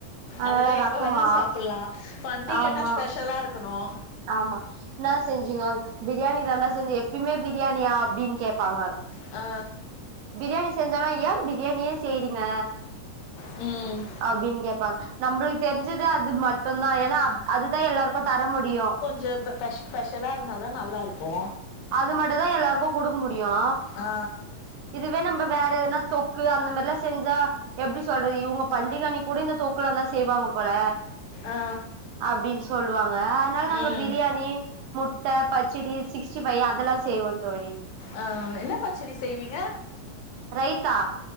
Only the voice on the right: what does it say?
அதனால
ரசமா
ஆமா
ஆமா என்னா செஞ்சுங்கோ பிரியாணி தா டா செஞ்சே எப்பயுமே பிரியாணியா அப்டின்னு கேப்பாங்க
பிரியாணி செஞ்சாலு ஏ பிரியாணியே செய்றீங்க
அப்டின்னு கேப்பாங்க நம்மளுக்கு தெரிஞ்சது அது மட்டுதா ஏன்னா அதுதா எல்லாருக்கு தர முடியு
அது மட்டு தா எல்லாருக்கு குடுக்க முடியு
இதுவே நம்ப வேற எதுனா தொக்கு அந்த மாறில்லா செஞ்சா எப்டி சொல்றது இவுங்க பண்டிகன்னைக்கு கூட இந்த தொக்கலா தா செய்வாங்க போல
அப்டின்னு சொல்லுவாங்க அதனால நாங்க
பிரியாணி முட்ட பச்சடி சிக்ஸ்டி ஃபைவ் அதெல்லா செய்வோ தோழி
ரைத்தா